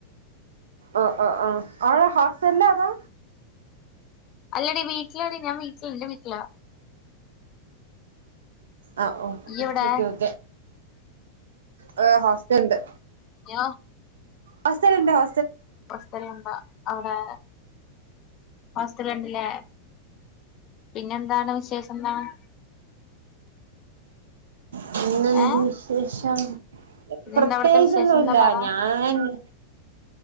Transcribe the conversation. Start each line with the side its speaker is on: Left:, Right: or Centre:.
Right: ഓ ഓ ഹോസ്റ്റലിലാ അതോ
Left: അല്ലടി വീട്ട്ലാടി ഞാൻവീട്ടിൽ ഇന്റെ വീട്ടിലാ
Right: ആ ഓ
Left: ഇയ്യ്
Right: ഓക്കേ
Left: എവിടെ
Right: ഓക്കേ ഹ് ഹോസ് ട്ട്‌ണ്ട്
Left: ഞാ
Right: ഹോസ്റ്റല്ണ്ട് ഹോ
Left: ഹോസ്റ്റലിൽ ഇണ്ടോ അയുടെ ഹോസ്റ്റല്ണ്ട്ലെ പിന്നെന്താണ് വിശേഷന്താണ്
Right: പിന്നെന്ത്
Left: ഏഹ്
Right: വിശേഷം
Left: പിന്നെന്താ
Right: പ്രത്യേകിച്ച്
Left: അവിടത്തെ വിശേഷം
Right: ഒന്നുയില്ല
Left: എന്താ പറ
Right: ഞാന്